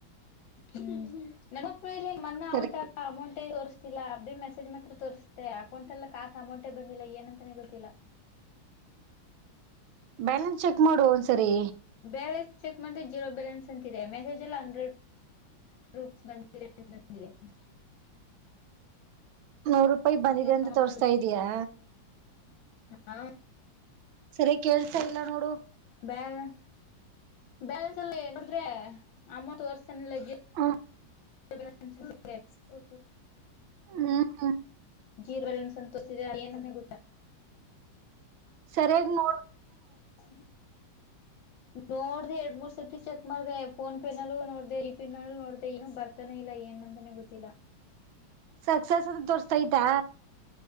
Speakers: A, on the left; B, on the right.
A: ಹ್ಮ್ ನನ್ನ ಮ ಅಮೌಂಟ್
B: ಸರಿ
A: ಹಾ ಅಮೌಂ ಗೊತ್ತಿಲ್ಲ ಅ್ರ ಮೆಸೇಜ್ ಮಾತ್ರ ತೋರಿಸಸ್ುತ್ತೆ ಅಕೌಂಟ್ ಎಲ್ಲ ಕಾಸ ಅಮೌಂಟೇ ಬಂದಿಲ್ಲ ಏನಂತಾನೆ ಗೊತ್ತಿಲ್ಲ
B: ಬ್ಯಾಲೆನ್ಸ್ ಚೆಕ್ ಮಾಡು ಒಂದ್ಸರಿ
A: ಬ್ಯಾಲೆನ್ಸ್ ಚೆಕ್ ಮಾಡ್ರೆ ಜೀರೋ ಬ್ಯಾಲೆನ್ಸ್ ಅಂತಿದೆ ಮೆಸೇಜ್ ಎಲ್ಲ ಅಂಡ್ರಡ್ ರೂಪ್ಸ್ ಬ ಬ
B: ನೂರು ರೂಪಾಯಿ ಬಂದಿದೆ ಅಂತ
A: ಅಮೌಂಟ್
B: ತೋರ್ಸ್ತಾ ಇದಯಾ
A: ಹಾ
B: ಸರಿ ಕೇಳ್ತಾ ಇಲ್ಲ ನೋಡು
A: ಬ್ಯಾಲ ಬ್ಯಾಲೆನ್ಸ್ ಅಲ್ಲಿ ನೋಡಿದ್ರೆ ಅಮೌಂಟ್ ತರ್ಸನಿಲ್ಲ
B: ಹ
A: <unintelligible> ಅ
B: ಹ್ಮ್ ಹ್ಮ್
A: ಜೀರ್ ಸಂತೋಷ ಇ ಏನ ಗೊತ್ತಾ
B: ಸರಿ್ಯಯಾಗಿ ನೋಡ
A: ಹ ನೋಡ್ದ ಎರಡ್ ಮೂರ್ ಸರ್ತಿ ಚೆಕ್ ಮಾಡ್ದ ಫೋನ್ ಪೇ ನಲ್ಲೂ ನೋಡ್ದ ಈ ಪಿನ್ಲ್ಲೂ ನೋಡ್ದ ಏನು ಬರ್ತಾನೆ ಇಲ್ಲ ಏನ್ ಅಂತಾನೆ ಗೊತ್ತಿಲ್ಲ
B: ಸಕ್ಸಸ್ ಅಂತ ತೋರ್ತೈತಾ